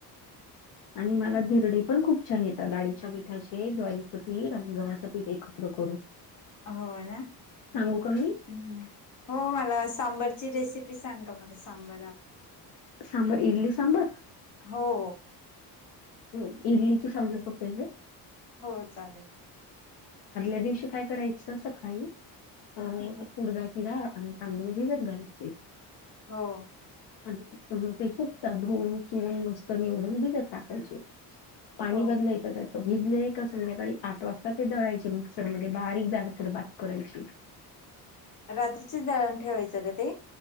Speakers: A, on the left (about 70°); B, on the left (about 45°).
A: आणि मला धिरडे पण खूप छान येतात डाळीच्या पिठाचे. ज्वारीचं पीठ आणि गव्हाचं पीठ एकत्र करून.
B: होय ना?
A: सांगू का मी?
B: हम्म हो मला सांबारची रेसेपी सांगा मला सांबाला
A: सांबर इडली सांबर?
B: हो.
A: हो इडली चा सांगू का पहिलं?
B: हो, चालेल.
A: आदल्या दिवशी काय करायचं, सकाळी अ.
B: हम्म
A: उडदाची डाळ आणि तांदुळ भिजत घालायचे.
B: हो.
A: आणि मग ते फूगतात. धुवून, चोळून, मस्त निवडून भिजत टाकायचे. पाणी
B: हो.
A: बदलायचं त्याच. भिजले, का संध्याकाळी आठ वाजता ते दळायच. त्याची मिक्सर मध्ये बारीक जाडसर बात करायची
B: रात्रीचीच दळण ठेवायचं का ते?